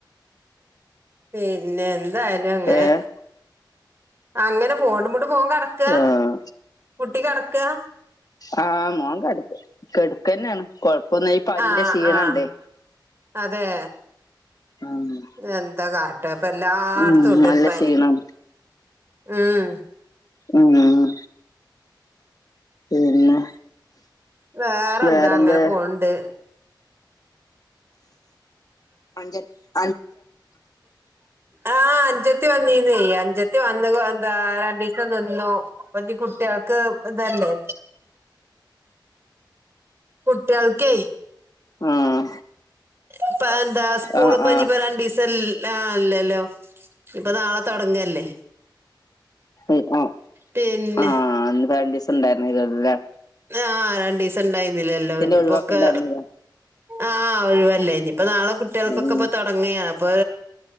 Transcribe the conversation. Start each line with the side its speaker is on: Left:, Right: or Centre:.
Right: പിന്നെ എന്തായാലും അങ്ങനെ
Left: ഏഹ്
Right: അങ്ങനെ പോണ്ട് <unintelligible> ക്ക്
Left: ആഹ്
Right: കുട്ടി കടക്കാ
Left: ആഹ് മോൻ കട്ക്ക കെടക്കന്നെണ് കൊഴ് ഇപ്പൊന്നെ ഈ പനിന്റെ
Right: ആഹ്
Left: ക്ഷീണണ്ടേ
Right: ആഹ് അതെ
Left: ആഹ്
Right: എന്താ കാട്ടാ അപ്പ എല്ലായിടത്തും
Left: ഉം
Right: ഉണ്ടൊരു
Left: നല്ല
Right: പ
Left: ക്ഷീണം
Right: ആഹ്
Left: ആഹ പിന്നെ
Right: വേറെ
Left: വേറെന്ത്
Right: എന്താ ങ്ങനെ പോൻണ്ട്
Left: അഞ്ച്
Right: ആഹ അഞ്ചത്തി വന്നീന്ന് അഞ്ചത്തി വന്ന് ആഹ രണ്ടീസം നിന്നു ഇപ്പ ഞ്ഞ് കുട്ടികൾക്ക് ഇതല്ലേ കുട്ട്യാൾക്കെ
Left: ആഹ്
Right: ഇപ്പ എന്താ സ്കൂള്
Left: ആഹ്
Right: പഞ്ഞി
Left: ആഹ്
Right: പോരാൻ രണ്ടീസം ലാ അല്ലല്ലോ ഇപ്പൊ നാളെ തൊടങ്ങല്ലേ
Left: ഉം ആ
Right: പിന്നെ
Left: ഹആ ഇപ്പരണ്ടീസം ഇണ്ടായിരുന്നല്ലലെ
Right: ആ ഹ രണ്ടിസെണ്ടായിരുന്നില്ലേല്ലാം ഇഞ്ഞ്
Left: ഒഴിവാക്കണ്ടായിരുന്നില്ല
Right: ഇപ്പൊക്കെ ആഹ ഒഴിവല്ലെ ഇനിയിപ്പ നാളെ കുട്ടികൾക്കൊക്കെ
Left: ഉം
Right: ഇപ്പ തൊ തുടങ്ങാണ് അപ്പൊ